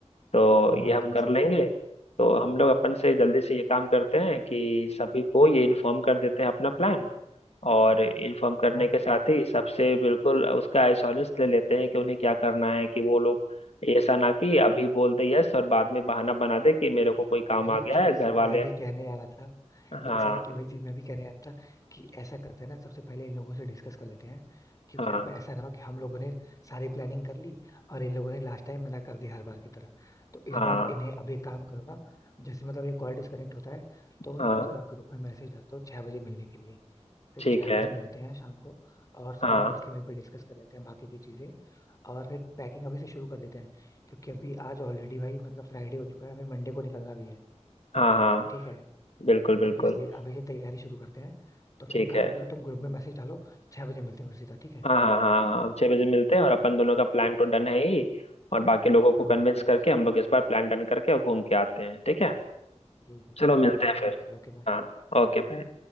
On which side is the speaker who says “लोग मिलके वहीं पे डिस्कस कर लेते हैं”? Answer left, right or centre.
Left